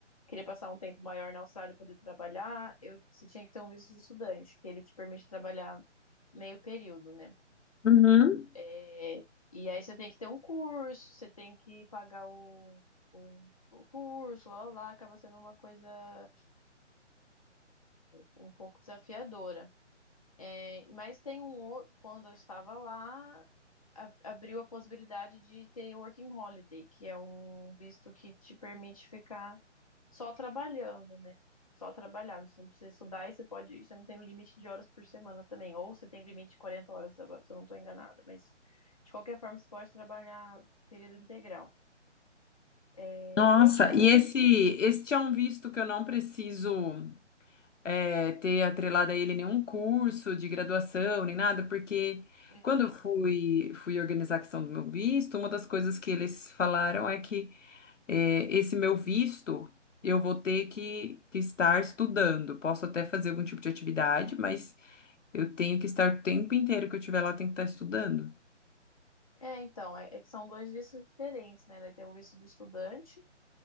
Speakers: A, on the left; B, on the left.
A: queria passar um tempo maior na Austrália para poder trabalhar, eu, você tinha que ter um visto de estudante, que ele te permite trabalhar meio período, né?
B: Uhum.
A: É, e aí você tem que ter um curso, você tem que pagar o, o, o curso, lá, lá, lá, acaba sendo uma coisa um pouco desafiadora. É, mas tem um outro, quando eu estava lá, a- abriu a possibilidade de ter Working Holiday, que é um visto que te permite ficar só trabalhando, né? Só trabalhar, você não precisa estudar e você pode, você não tem limite de horas por semana também, ou você tem limite de 40 horas agora, se eu não estou enganada, mas de qualquer forma você pode trabalhar período integral. É,
B: Nossa,
A: e aí tem algumas
B: e esse,
A: coisas.
B: esse é um visto que eu não preciso. é, ter atrelado a ele nenhum curso de graduação, nem nada, porque
A: Não.
B: quando eu fui, fui organizar a questão do meu visto, uma das coisas que eles falaram é que é, esse meu visto eu vou ter que, que estar estudando. Posso até fazer algum tipo de atividade, mas eu tenho que estar o tempo inteiro que eu estiver lá, eu tenho que estar estudando.
A: É, então, é, é que são dois vistos diferentes, né? Daí tem o visto de estudante